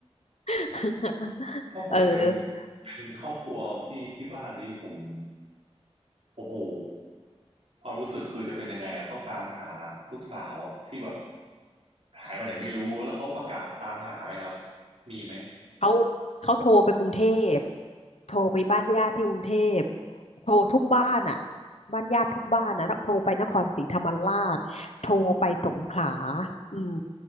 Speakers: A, on the left; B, on the right.
A: <laughs>
B: ถ้าผมเป็น
A: เออ
B: เป็นครอบครัวพี่ที่บ้านนี้ผม โอ้โหความรู้สึกคือจะเป็นยังไงอ่ะต้องตามหาลูกสาวที่แบบหายไปไหนไม่รู้แล้วเขาประกาศตามหาไหมครับมีไหม
A: เขาเขาโทรไปกรุงเทพโทรไปบ้านญาติที่กรุงเทพโทรทุกบ้านอ่ะบ้านญาติทุกบ้านนะแล้วโทรไปนครศรีธรรมราชโทรไปสงขลาอืม